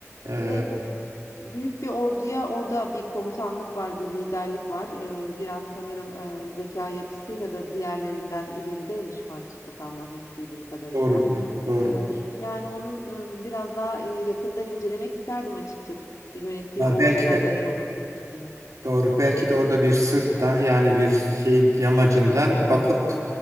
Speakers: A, on the right; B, on the left.
A: eee,
B: Ve büyük bir orduya orada bir komutanlık var, bir liderlik var. Eee, biraz sanırım eee, zekâ yapısıyla da diğerlerinden ilerideymiş Fatih Sultan Mehmet duyduğum kadarıyla.
A: doğru diyor. Doğru
B: Eee,
A: diyor.
B: yani onun eee, biraz daha eee, yakından incelemek isterdim açıkçası yönettiği
A: Var
B: orduda
A: belki de
B: neler olup bittiğini.
A: Doğru. Belki de orada
B: E,
A: bir sırttan yani bir şeyin yamacından bakıp